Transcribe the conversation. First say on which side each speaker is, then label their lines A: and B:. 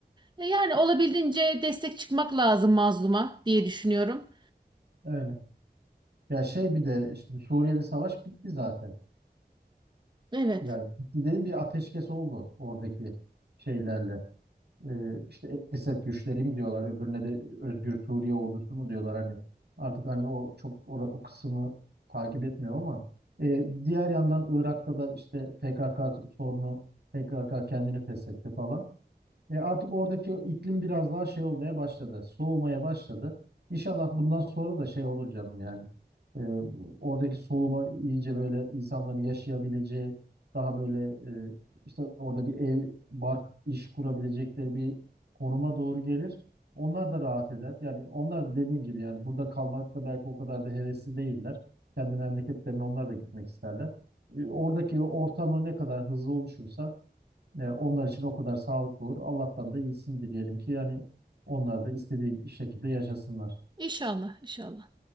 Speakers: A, on the right (about 25°); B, on the right (about 75°).
A: E, yani olabildiğince destek çıkmak lazım mazluma diye düşünüyorum.
B: Öyle. Ya şey bir de şimdi Suriye'de savaş bitti zaten.
A: Evet.
B: Yani bitti değil bir ateşkes oldu oradaki şeylerle. Ee, işte Esed güçleri mi diyorlar öbürüne de Özgür Suriye ordusu mu diyorlar hani. Artık hani o çok o, o kısmı takip etmiyor ama Ee, diğer yandan Irak'ta da işte PKK sorunu PKK kendini feshetti falan. E, artık oradaki iklim biraz daha şey olmaya başladı. Soğumaya başladı. İnşallah bundan sonra da şey olur canım yani. E, oradaki soğuma iyice böyle insanların yaşayabileceği, daha böyle e, işte orada bir ev, bark, iş kurabilecekleri bir konuma doğru gelir. Onlar da rahat eder. Yani onlar da dediğim gibi yani burada kalmakta belki o kadar da hevesli değiller. Kendi memleketlerine onlar da gitmek isterler. E, oradaki ortamı ne kadar hızlı oluşursa e, onlar için o kadar sağlıklı olur. Allah'tan da iyisini dileyelim ki yani onlar da istediği şekilde yaşasınlar.
A: İnşallah, inşallah.